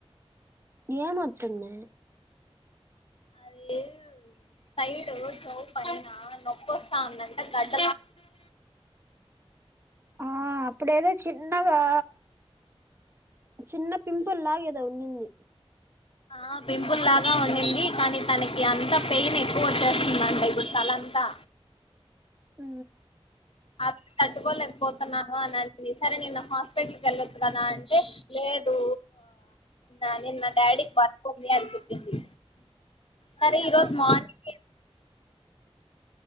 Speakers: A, on the right (about 25°); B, on the left (about 60°).
A: ఏ మ వచ్చన్న
B: అదే సైడు చౌ పిన నొప్ప ంట గడ్డ
A: ఆ అప్పుడ ఏదో చిన్నగా చిన్న పింపుల్ లాగేదా ఉన్నింది
B: ఆ పింపుల్ లాగా ఉంంది కానీ తనకి అంత పెయిన్ ఎక్కువ వచ్చేస్తుందండి ఇప్పుడు చ ంతా
A: ఆ
B: ఆ పిల్ల తట్టుకోలేకపోతన్నాను అని అనింది సరే నిన్న హాస్పిటల్కి వెళ్ళొచ్చు కదా అంటే టే లేదు నా నిన్న డాడీ కి వర్క్ వుండే అని చెప్పింది సరే ఈరోజు మార్నింగ్